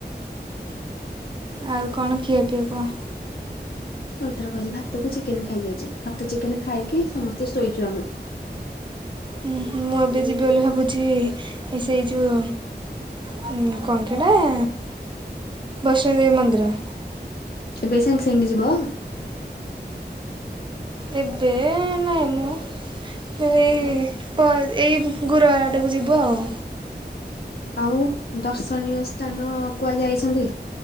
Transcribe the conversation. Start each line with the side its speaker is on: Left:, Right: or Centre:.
Right: ଆଉ କଣ ଖିଆ ପିଆ କହ?
Left: ସହେ ଥର କହିଛି ଭାତ କୁ ଚିକେନ୍ ଖାଇ ଯାଇଛି। ଭାତ ଚିକେନ୍ ଖାଇକି ସମସ୍ତେ ଶୋଇଛୁ ଆମେ।
Right: ହୁଁ ହୁଁ। ମୁଁ ଏବେ ଯିବି ବୋଲି ଭାବୁଛି ଏ ସେଇ ଯୋଉ ହଁ କଣ ଟି ହେଟା, ବୈଷ୍ଣ ଦେବୀ ମନ୍ଦିର।
Left: ଏବେ ସାଙ୍ଗେ ସାଙ୍ଗେ ଯିବ?
Right: ଏବେ ନାଇଁ ମ, ଏଇ
Left: ଆଉ
Right: ତ ଏଇ ଗୁର ଆଡକୁ ଯିବ ଆଉ।
Left: ଆଉ ଦର୍ଶନୀୟ ସ୍ଥାନ କୁଆଡେଯାଇଛନ୍ତି?